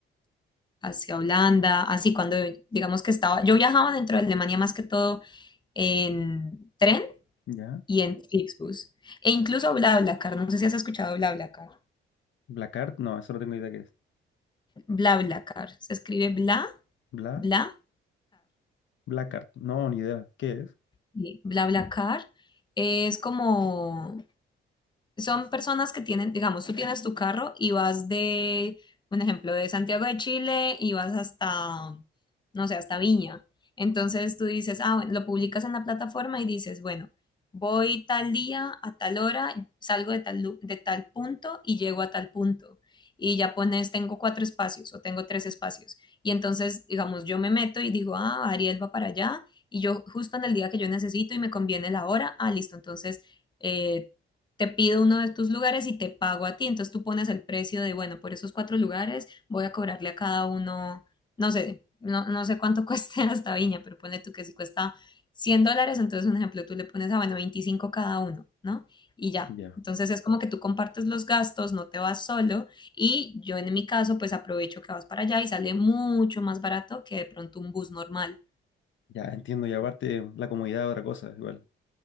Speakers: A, on the left (about 20°); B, on the left (about 70°).
A: hacia Holanda, así cuando digamos que estaba, yo viajaba dentro de Alemania más que todo en tren
B: ya.
A: y en Flixbus e incluso BlaBlaCar, no sé si has escuchado BlaBlaCar.
B: Blackart, no, eso no tengo idea qué es.
A: BlaBlaCar, se escribe Bla,
B: Bla,
A: Bla,
B: Blackart, no, ni idea. ¿Qué es?
A: Sí, BlaBlaCar es como, son personas que tienen, digamos, tú tienes tu carro y vas de, un ejemplo, de Santiago de Chile y vas hasta, no sé, hasta Viña. Entonces tú dices, ah, bueno, lo publicas en la plataforma y dices, bueno, voy tal día a tal hora, salgo de tal, lu- de tal punto y llego a tal punto. Y ya pones, tengo cuatro espacios o tengo tres espacios. Y entonces, digamos, yo me meto y digo, ah, Ariel va para allá y yo justo en el día que yo necesito y me conviene la hora, ah, listo, entonces eh, te pido uno de tus lugares y te pago a ti. Entonces tú pones el precio de, bueno, por esos cuatro lugares voy a cobrarle a cada uno, no sé, no, no sé cuánto <laughs> cueste hasta Viña, pero pone tú que si cuesta 100 dólares, entonces un ejemplo, tú le pones a, bueno, 25 cada uno, ¿no? Y ya.
B: Ya,
A: Entonces es como que tú compartes los gastos, no te vas solo y yo en mi caso pues aprovecho que vas para allá y sale mucho más barato que de pronto un bus normal.
B: ya entiendo. Y aparte la comodidad es otra cosa, igual.